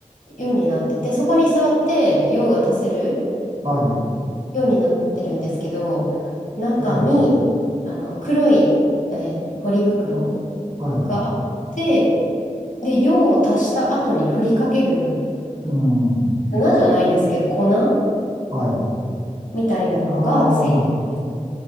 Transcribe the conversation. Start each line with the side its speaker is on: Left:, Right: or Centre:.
Left: ようになってて、そこに座って用が足せる
Right: はい。
Left: ようになってるんですけど、中に
Right: ええ、
Left: あの黒い、えーポリ袋
Right: はい。
Left: があって、で、用を足した後に振りかける
Right: うん。
Left: 粉じゃないですけど、粉
Right: はい。
Left: みたいなのがついてる。
Right: ああ、